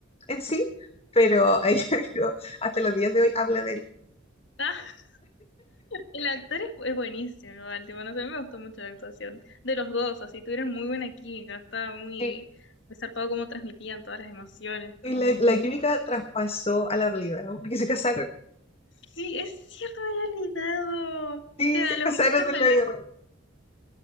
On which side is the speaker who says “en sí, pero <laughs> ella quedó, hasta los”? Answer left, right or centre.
Left